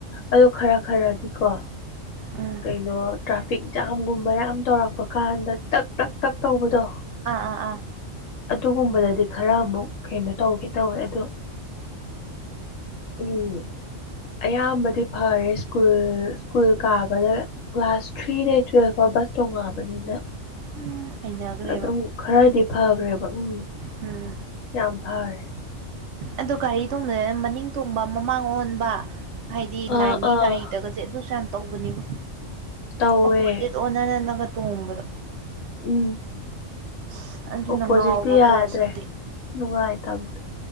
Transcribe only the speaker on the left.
ꯑꯗꯣ ꯈꯔ ꯈꯔꯗꯤꯀꯣ
ꯀꯩꯅꯣ ꯇ꯭ꯔꯥꯐꯤꯛ ꯖꯥꯝꯒꯨꯝꯕ ꯌꯥꯝ ꯇꯧꯔꯛꯄ ꯀꯥꯟꯗ ꯇꯛ ꯇꯛ ꯇꯛ ꯇꯧꯕꯗꯣ
ꯑꯗꯨꯒꯨꯝꯕꯗꯗꯤ ꯈꯔ ꯑꯃꯨꯛ ꯀꯩꯅꯣ ꯇꯧꯒꯦ ꯇꯧꯋꯦ ꯑꯗꯣ ꯎꯝ ꯑꯌꯥꯝꯕꯗꯤ ꯐꯔꯦ ꯁ꯭ꯀꯨꯜ ꯁ꯭ꯀꯨꯜ ꯀꯥꯕꯗ ꯀ꯭ꯂꯥꯁ ꯊ꯭ꯔꯤꯗꯩ ꯇꯨꯋꯦꯜꯐ ꯐꯥꯎ ꯕꯁ ꯇꯣꯡꯉꯛꯑꯕꯅꯤꯅ
ꯑꯗꯨꯝ ꯈꯔꯗꯤ ꯐꯈ꯭ꯔꯦꯕ ꯎꯝ
ꯌꯥꯝ ꯐꯔꯦ
ꯑꯥ
ꯑꯥ
ꯇꯧꯋꯦ
ꯎꯝ
ꯑꯣꯄꯣꯖꯤꯠꯇꯤ
ꯌꯥꯗ꯭ꯔꯦ
ꯅꯨꯡꯉꯥꯏ ꯇꯝ